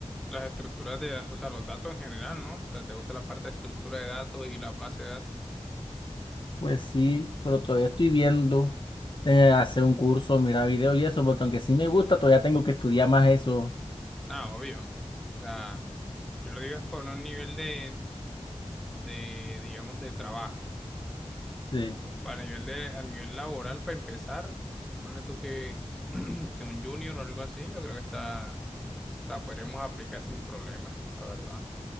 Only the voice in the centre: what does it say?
las estructuras de, da- o sea, los datos en general, ¿no? O sea, ¿te gusta la parte de estructura de datos y las bases de datos?
Nada, obvio. O sea, yo lo digo es por un nivel de, de, digamos, de trabajo.
Para nivel de, a nivel laboral, para empezar, ponle tú que, <clears throat> que un junior o algo así, yo creo que está, o sea, podríamos aplicar sin problema, la verdad.